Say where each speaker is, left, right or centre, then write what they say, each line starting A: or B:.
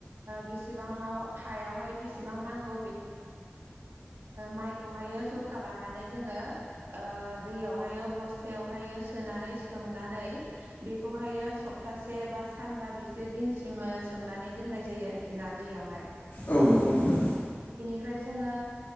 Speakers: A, on the right; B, on the left.
A: बेसेबांआव हायवहाय बेसेबां नांगौ। मायखौ हायो जखा लानानै जोङो दैयावहायो बस्थायावहायो सोनानै सोमनानै बेखौहायो सप्तासे बा सानबा एसे दिनसिम सोमनानै दोननाय जायो आरोखि ना दैयावहाय
B: औ नंगौ नोंथां
A: ओमफ्राय जोङो